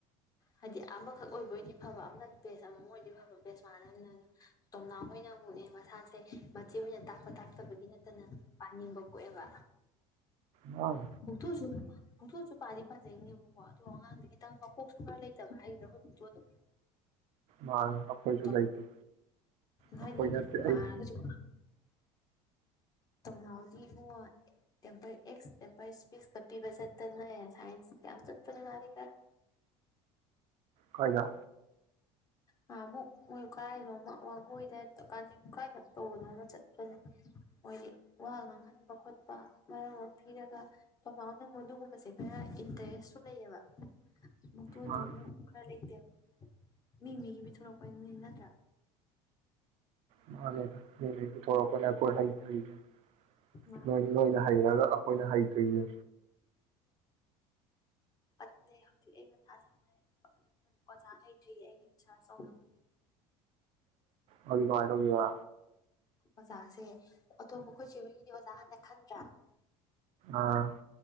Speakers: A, on the left (about 30°); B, on the right (about 55°).
A: ꯍꯥꯏꯗꯤ ꯑꯃꯈꯛ ꯑꯣꯏꯕꯣꯏꯗꯤ ꯐꯕ ꯑꯃꯅ ꯄꯦꯁ ꯑꯃꯃꯝ ꯑꯣꯏꯗꯤ ꯐꯕ ꯄꯦꯁ ꯃꯅꯗꯝꯅꯤꯅ ꯇꯣꯝꯅꯥꯎ ꯍꯣꯏꯅ ꯑꯃꯨꯛꯅꯦ ꯃꯁꯥꯁꯦ ꯃꯆꯦ ꯍꯣꯏꯅ ꯇꯥꯛꯄ ꯇꯥꯛꯇꯕꯒꯤ ꯅꯠꯇꯅ ꯄꯥꯅꯤꯡꯕ ꯄꯣꯛꯑꯦꯕ
B: ꯃꯥꯜ
A: ꯕꯨꯛꯇꯣꯁꯨ ꯕꯨꯛꯇꯣꯁꯨ ꯄꯥꯗꯤ ꯄꯥꯖꯩꯅꯦꯕꯀꯣ ꯑꯗꯣ ꯑꯉꯥꯡꯁꯦ ꯈꯤꯇꯪ ꯃꯀꯣꯛꯁꯨ ꯈꯔ ꯂꯩꯇꯕ ꯍꯥꯏꯒꯗ꯭ꯔ ꯈꯣꯏ ꯕꯨꯡꯆꯣꯗꯣ
B: ꯃꯥꯜ ꯑꯩꯈꯣꯏꯁꯨ
A: ꯇꯣꯛ
B: ꯂꯩꯇꯦ
A: ꯍꯥꯏꯗꯤ
B: ꯑꯩꯈꯣꯏ ꯅꯠꯇꯦ
A: ꯄꯥꯔꯒꯁꯨ
B: ꯑꯩ
A: ꯇꯣꯝꯅꯥꯎꯗꯤ ꯏꯕꯨꯉꯣ ꯇꯦꯝꯄꯔ ꯑꯦꯛꯁ ꯇꯦꯝꯄꯔ ꯁ꯭ꯄꯤꯁꯀ ꯄꯤꯕ ꯆꯠꯇꯅ ꯁꯥꯏꯟꯁ ꯀ ꯌꯥꯝ ꯆꯠꯄꯅꯦ ꯃꯥꯗꯤ ꯈꯔ
B: ꯀꯥꯏꯗ
A: ꯅꯍꯥꯟꯃꯨꯛ ꯃꯣꯏ ꯀꯥꯏꯅꯣꯃ ꯋꯥꯡꯒꯣꯏꯗ ꯀ ꯀꯥꯏꯅ ꯇꯧꯕꯅꯣꯃ ꯆꯠꯄꯅꯦ ꯃꯣꯏꯗꯤ ꯋꯥ ꯉꯥꯡꯍꯟꯕ ꯈꯣꯠꯄ ꯃꯔꯝ ꯑꯃ ꯄꯤꯔꯒ ꯄꯝꯅꯥꯎꯅꯅꯨꯡ ꯑꯗꯨꯒꯨꯝꯕꯁꯦ ꯈꯔ ꯏꯟꯇꯔꯦꯁꯁꯨ ꯂꯩꯌꯦꯕ ꯃꯨꯛꯊꯣ
B: ꯃꯥꯜ
A: ꯅꯪꯕꯨ ꯈ꯭ꯔꯥ ꯂꯩꯇꯦ ꯃꯤ ꯃꯤꯒꯤ ꯄꯤꯊꯣꯔꯛꯄ ꯅꯤꯅꯦ ꯅꯠꯇ꯭ꯔꯥ
B: ꯃꯥꯅꯦ ꯃꯤ ꯃꯤ ꯄꯤꯊꯣꯔꯛꯄꯅꯦ ꯑꯩꯈꯣꯏ ꯍꯩꯇ꯭ꯔꯤꯁꯦ
A: ꯃꯥꯅ
B: ꯃꯣꯏ
A: ꯑꯩꯈꯣꯏ
B: ꯃꯣꯏꯅ ꯍꯩꯔꯒ ꯑꯩꯈꯣꯏꯅ ꯍꯩꯇ꯭ꯔꯤꯁꯦ
A: ꯑꯗꯨꯗꯤ ꯑꯩ ꯍꯧꯖꯥꯛ ꯃꯊꯥ ꯁꯥꯔꯦ ꯀꯞ ꯅꯤꯡꯕꯅ ꯑꯣꯖꯥ ꯂꯩꯏꯇꯔꯤ ꯌꯦ ꯑꯩꯒꯤ ꯔꯤꯁ꯭ꯔꯁ ꯊꯧꯅꯕ
B: ꯑꯗꯨꯗꯤ ꯀꯃꯥꯏ ꯇꯧꯗꯣꯏꯕ
A: ꯑꯣꯖꯥꯁꯦ ꯑꯇꯣꯞꯄ ꯑꯩꯈꯣꯏ ꯆꯦ ꯍꯣꯏꯒꯤꯗꯤ ꯑꯣꯖꯥ ꯍꯥꯟꯅ ꯈꯟꯗ꯭ꯔꯥ
B: ꯑꯥ